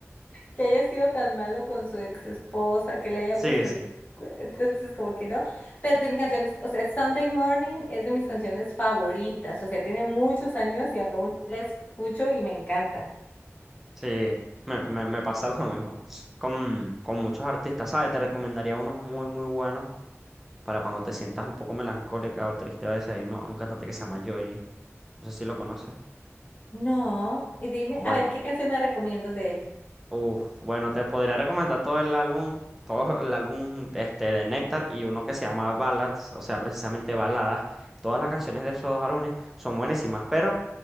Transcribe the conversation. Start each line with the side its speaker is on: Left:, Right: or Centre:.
Left: que haya sido tan malo con su ex esposa, que le haya
Centre: Sí,
Left: puesto
Centre: sí.
Left: el... cu- Entonces, como que no, pero tiene canciones, o sea, Sunday Morning es de mis canciones favoritas, o sea, tiene muchos años y aún la escucho y me encanta.
Centre: Sí, me, me, me pasa <laughs> lo mismo. Con, con muchos artistas, ¿sabes? Te recomendaría unos muy, muy buenos. para cuando te sientas un poco melancólica o triste a veces. Hay uno, un cantante que se llama Yoji. No sé si lo conoces.
Left: No, y dime,
Centre: Bueno,
Left: a ver, ¿qué canción me recomiendas de él?
Centre: uf, bueno, te podría recomendar todo el álbum, todo el álbum de este de Nectar y uno que se llama Ballads, o sea, precisamente baladas. Todas las canciones de esos dos álbumes son buenísimas, pero